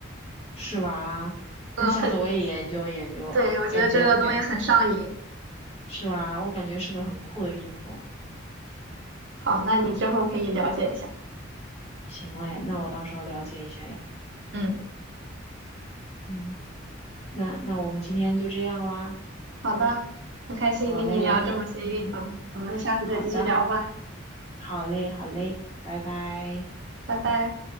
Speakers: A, on the left; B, on the right.
A: 是吧？那下次我也研究研究，
B: 嗯，很，对，我觉得这个东西很上瘾。
A: 感觉感是吧？我感觉是个很酷的运动。
B: 好，那你之后可以了解一下。
A: 行嘞，那我到时候了解一下呀。
B: 嗯，
A: 嗯，那那我们今天就这样啦。
B: 好的，很开心跟你聊这么些运动，
A: 好嘞，嗯，
B: 我们下次再继续聊吧，
A: 好的，好，好嘞，好嘞，拜拜。
B: 拜拜。